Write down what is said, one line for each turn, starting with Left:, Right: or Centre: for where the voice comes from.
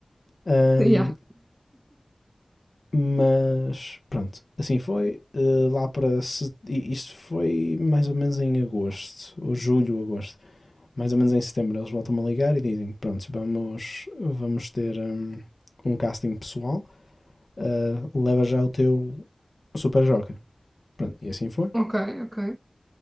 Left: Ahm,
Right: Yeah,
Left: mas pronto, assim foi. eh, lá para. se- i- Isto foi mais ou menos em agosto, ou julho, agosto. Mais ou menos em setembro eles voltam-me a ligar e dizem: Pronto, vamos, vamos ter ahm, um, casting pessoal, ah, leva já o teu Super Joker. Pronto, e assim foi.
Right: ok, ok.